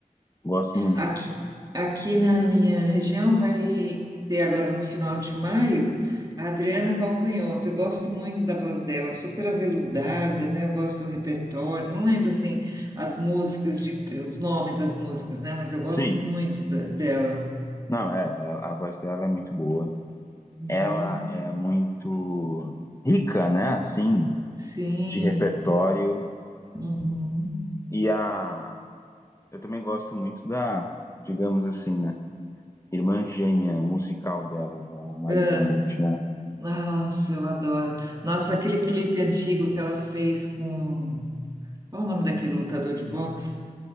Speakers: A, on the left (about 20°); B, on the right (about 25°).
A: Gosto muito.
B: Aqui, aqui na minha região vai ter agora no final de maio a Adriana Calcanhoto. Eu gosto muito da voz dela, super aveludada, né? Eu gosto do repertório. Não lembro assim as músicas de, os nomes das músicas, né? Mas eu gosto
A: Sim,
B: muito da- dela.
A: não, é, é- a voz dela é muito boa.
B: Uhum.
A: Ela é muito rica, né? Assim,
B: Sim.
A: de repertório.
B: Uhum.
A: E a, Eu também gosto muito da, digamos assim, né? Irmã gêmea musical dela, da Marisa
B: Ah,
A: Monte, né?
B: nossa, eu adoro. Nossa, aquele clipe antigo que ela fez com. Qual o nome daquele lutador de boxe?